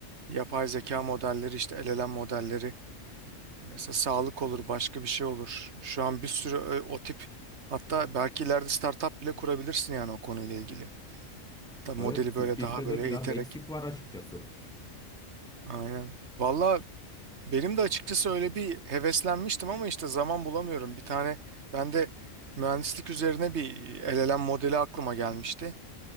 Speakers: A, on the right (about 60°); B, in the centre.
A: yapay zeka modelleri işte LLM modelleri. Mesela sağlık olur başka bir şey olur. Şu an bir sürü ö- o tip hatta belki ileride startup bile kurabilirsin yani o konuyla ilgili. Da modeli
B: Evet, Türkiye'de
A: böyle daha böyle
B: de biraz
A: eğiterek.
B: eksik var açıkçası.
A: Aynen. Valla Benim de açıkçası öyle bir heveslenmiştim ama işte zaman bulamıyorum. Bir tane ben de mühendislik üzerine bir LLM modeli aklıma gelmişti.